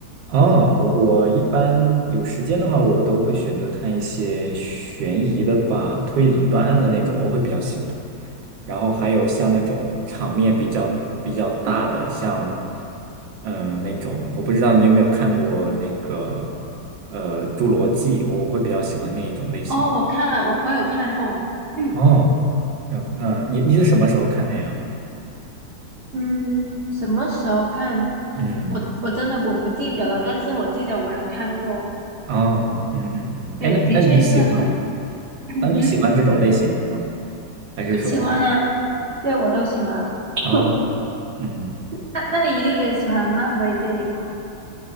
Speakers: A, on the right; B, on the right.
A: 哦，我我一般有时间的话，我都会选择看一些悬疑的吧，推理断案的那种，我会比较喜欢。然后还有像那种场面比较比较大的，像嗯那种，我不知道你有没有看过那个呃《侏罗纪》，我我会比较喜欢那一种类型。
B: 哦，我看了，我我有看过，嗯
A: 哦，嗯嗯，你你是什么时候看的呀？
B: 嗯，什么时候看？
A: 嗯，
B: 我我真的我不记得了，但是我记得我有看过，
A: 哦，嗯嗯嗯，
B: 对，
A: 哎，那那你喜欢
B: 的确是很，<clears throat> 嗯，
A: 那你喜欢这种类型的吗？还是说
B: 喜欢啊，对，我都喜欢。<coughs>
A: 哦，嗯。
B: 那那你一定也喜欢漫威电影啊？